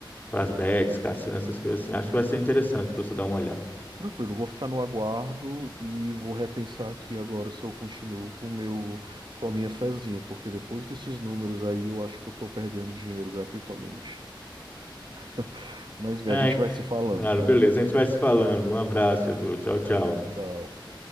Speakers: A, on the left; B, on the right.
A: para as bets, cassino, essas coisas assim. Acho que vai ser interessante para você dar uma olhada.
B: Tranquilo, vou ficar no aguardo e vou repensar aqui agora se eu continuo com o meu, com a minha fezinha, porque depois desses números aí eu acho que eu tô perdendo dinheiro gratuitamente. <laughs> Mas bem,
A: Ai,
B: a gente vai se falando,
A: claro,
B: cara.
A: beleza. A gente vai se falando. Um abraço, Edu. Tchau, tchau.
B: Tchau.